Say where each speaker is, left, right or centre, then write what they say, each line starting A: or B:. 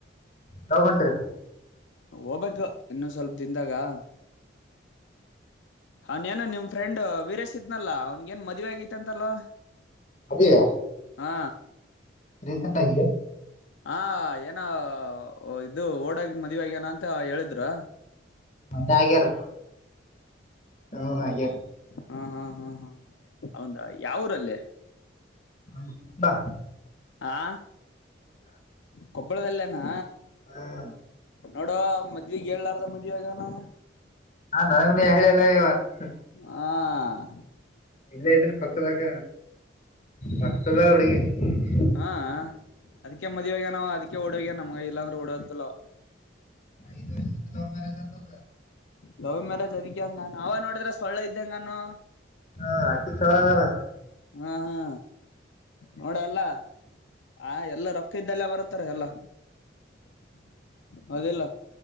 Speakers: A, on the left; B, on the left.
A: ಯಾವಗ್ ಹೊಂಟಿರೀ.
B: ಹೋಗ್ಬೇಕು ಇನ್ನೊ ಸ್ವಲ್ಪ ದಿನ್ದಾಗಾ ಹನ್ಯಾನ ನಿಮ್ ಫ್ರೆಂಡು ವೀರೇಶ್ ಇದ್ನಲ್ಲಾ ಅವನ್ಗೇನ್ ಮದ್ವಿ ಆಗಿತಿ ಅಂತಲ್ಲೊ.
A: ಅಭಿಯ.
B: ಹ್ಹಾ.
A: ರೀಸೆಂಟ್ ಆಗಿಲೇ.
B: ಹಾ ಏನವ ಓ ಇದು ಓಡ ಹೋಗಿ ಮದುವಿ ಆಗ್ಯಾನ ಅಂತ ಹೇಳಿದ್ರು.
A: ಮಂದಾಗ್ಯರ ಹ್ ಆಗ್ಯಾರ.
B: ಹಾ ಹಾ ಹಾ ಅವುಂದಾ ಯಾ ಊರ ಅಲ್ಲೇ.
A: ಗಂಡ ಕುತ್ತಾ.
B: ಆ ಕೊಪ್. ಬುಡದಲ್ಲೇನಾ.
A: ಹ್ಮ್
B: ನೋಡೋ ಮದ್ವಿಗ್ ಹೇಳ್ಲಾರ್ದ ಮದ್ವೆ ಆಗ್ಯಾನ ಅವ್ನ.
A: ನಾನ್ ಅವ್ನಿ ಹೇಳಿಲ್ಲ ಇವ ಹ್.
B: ಆ.
A: ಇಲ್ಲೇ ಇದೀನಿ ಪಕ್ಕದಾಗ ಪಕ್ಕದಾಗ ಹುಡ್ಗಿ. <inaudible>
B: ಹಾ ಅದಿಕ್ಕೆ ಮದ್ವಿ ಆಗ್ಯಾನ ಅವ ಅದಿಕ್ಕೆ ಓಡ ಹೋಗ್ಯಾನ ಮಗಾ ಇಲ್ಲಾ ಅಂದ್ರ ಓಡ್ ಹೋಗ್ತಿಲ್ಲವ್.
A: ಐದು ವರ್ಷದ ಲವ್ ಮ್ಯಾರೇಜ್ ಅಂತ ಅದ.
B: ಲವ್ ಮ್ಯಾರೇಜ್ ಅದಿಕ್ಕೆ ಹಂಗಾನಾ ಅವ ನೋಡಿದ್ರೆ ಸೊಳ್ಳೆ ಇದ್ದಂಗನೋ.
A: ಹಾ ಹಕಿ ಚಲೋ ಆಗ್ಯದ.
B: ಹಾ ಹಾ ನೋಡ ಎಲ್ಲಾ ಆ ಎಲ್ಲ ರೊಕ್ಕ ಇದ್ದಲ್ಲ ಬರುತ್ತಾರ ಎಲ್ಲ ಹೌದಿಲ್ಲ.